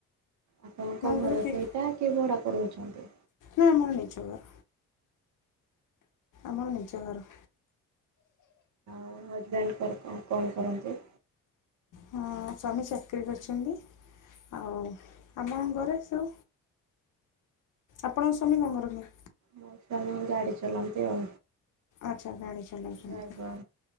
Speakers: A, on the right (about 40°); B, on the left (about 45°).
A: ଆପଣଙ୍କ
B: ଘରେ
A: ଘର
B: କିଏ
A: ସେଇଟା କି ଭଡ଼ା କୁ ରହୁଛନ୍ତି?
B: ନା ଆମର ନିଜ ଘର। ଆମର ନିଜ ଘର।
A: ଏ ହଜବେଣ୍ଡ କର କଣ କଣ କରନ୍ତି?
B: ହଁ ସ୍ୱାମୀ ଚାକିରି କରିଛନ୍ତି। ଆଉ ଆମ ଘରେ ସୁ ଆପଣଙ୍କ ସ୍ବାମୀ କଣ କରନ୍ତି?
A: ମୋ ସ୍ୱାମୀ ଗାଡ଼ି ଚଲାନ୍ତି ଆଉ।
B: ଆଚ୍ଛା ଗାଡ଼ି ଚଲଉଛନ୍ତି।
A: ଡ୍ରାଇଭର।